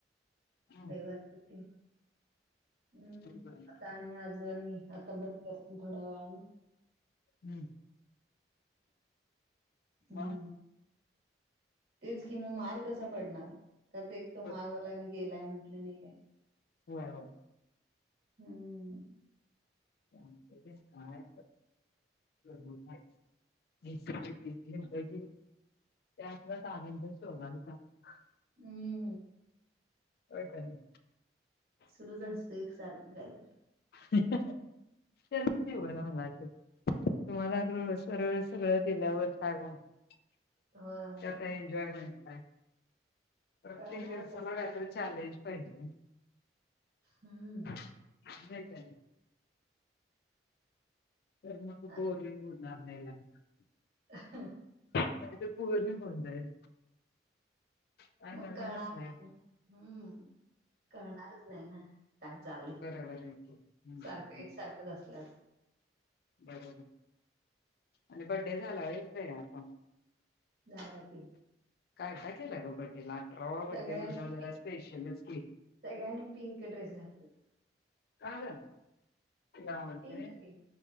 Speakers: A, on the left; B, on the right.
A: हम्म
B: रविवार सुट्टी. हम्म.
A: बरोबर आहे.
B: आणि आज आणि. आता बंद करतील थोड्या वेळाने.
A: हम्म.
B: हम्म.
A: मग
B: तेच कि मग, माल कसा पडणार. त्यात एक तो
A: बरोबर.
B: माघवालाने गेलाय म्हटलं नाही काय.
A: व्हय, व्हय.
B: हम्म.
A: काय मोठ <unintelligible> त्या आनंद शोगालचा <unintelligible>
B: अम्म.
A: व्हय का नाही.
B: सुरूच असतय, एक सारखं काहीतरी.
A: त्या हो <unintelligible> तुम्हाला र सरळ सगळं दिल्यावर का होना
B: हो
A: त्या काय एन्जॉयमेंट काय. प्रत्येक
B: कळणार
A: दिवसाला
B: कस
A: काहीतरी चालेज पाहिजे.
B: हम्म.
A: नाही काय. तर मग
B: आ,
A: बोरिंग होईल. नाही <unintelligible>
B: अ <unintelligible>
A: काही ते बोरिंग होऊन जाईल. काय
B: मग
A: नवीनच
B: कळणार,
A: नाही
B: हम्म. करळणारच नाही ना. काय चाललंय.
A: बरोबर आहे की हम्म
B: सारखं एकसारखंच असल्या
A: बरोबरे. आणि बड्डे झाला होय श्रेयाचा.
B: झाला की.
A: काय का केलं ग बड्डेला. अठरावा
B: सगळ्यांनी
A: बड्डे म्हणल्याव जरा
B: पिंक
A: स्पेशलच की.
B: सगळ्यांनी पिंक ड्रेस घातल होत.
A: का ग? तीला आवडते.
B: पिंक की